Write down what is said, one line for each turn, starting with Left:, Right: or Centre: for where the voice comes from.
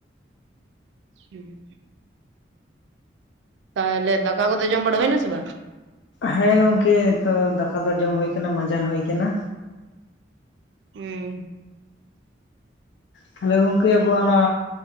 Right: ᱦᱮᱸ ᱛᱟᱦᱚᱞᱮ ᱫᱟᱠᱟ ᱠᱚᱫᱚ ᱡᱚᱢ ᱵᱟᱲᱟ ᱦᱩᱭᱱᱟ ᱥᱮ ᱵᱟᱝ
Left: ᱦᱮᱸ ᱜᱚᱝᱠᱮ ᱛᱚ ᱫᱟᱠᱟ ᱫᱚ ᱡᱚᱢ ᱦᱩᱭ ᱠᱟᱱᱟ ᱢᱟᱸᱡᱟᱱ ᱦᱩᱭ ᱠᱟᱱᱟ
Right: ᱩᱸ
Left: ᱛᱟᱦᱚᱞᱮ ᱜᱚᱢᱠᱮ ᱟᱵᱚᱣᱟᱜ ᱚᱱᱟ